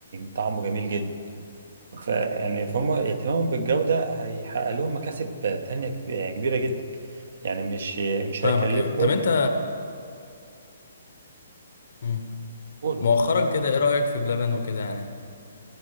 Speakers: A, on the right (about 60°); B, on the left (about 65°).
A: طعمه جميل جدا فيعني فهم اهتمامهم بالجوده هيحقق لهم مكاسب تانيه كب- يعني كبيره جدا يعني مش مش
B: فاهمك
A: هيكلفهم
B: ايوه طب انت مم.
A: قولوا
B: مؤخرا كده ايه رايك في بلبن وكده يعني